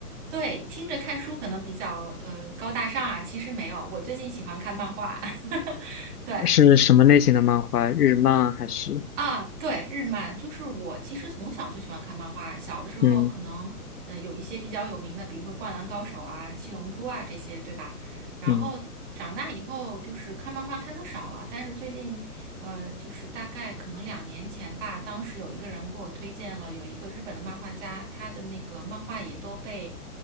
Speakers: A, on the right; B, on the left.
A: 对，听着看书可能比较呃高大上啊，其实没有，我最近喜欢看漫画，<laughs> 对，
B: 是什么类型的漫画？日漫还是
A: 啊，对，日漫就是我其实从小就喜欢看漫画，小的时候可能呃有一些比较有名的，
B: 嗯
A: 比如说《灌篮高手》啊、《七龙珠》啊这些，对吧？然后长大以后就是看漫画看的少了，
B: 嗯
A: 但是最近呃就是大概可能两年前吧，当时有一个人给我推荐了有一个日本的漫画家，他的那个漫画也都被